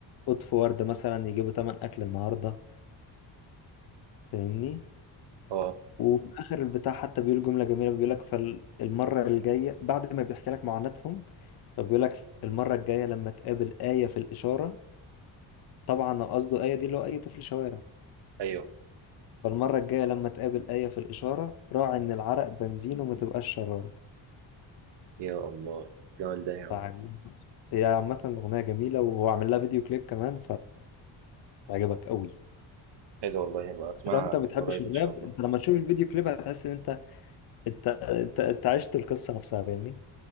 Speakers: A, on the left; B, on the right.
A: قطف وردة مثلا يجيبوا تمن أكل النهاردة فاهمني
B: آه،
A: وفي اخر البتاع حتى بيقول جمله جميله بيقول لك فالمره الجايه بعد ما بيحكي لك معاناتهم فبيقول لك المره الجايه لما تقابل ايه في الاشاره طبعا قصده ايه دي اللي هو اي طفل شوارع
B: أيوه،
A: فالمره الجايه لما تقابل ايه في الاشاره راعي ان العرق بنزين وما تبقاش شراره
B: يا الله! الجمال ده يا عم،
A: فعجب هي عامة أغنية جميلة وهو عامل لها فيديو كليب كمان فهيعجبك قوي
B: حلو والله هابقى أسمعها
A: لو أنت ما بتحبش
B: قريب
A: الراب
B: إن شاء الله،
A: أنت لما تشوف الفيديو كليب هتحس إن أنت أنت أنت أنت عشت القصة نفسها فاهمني؟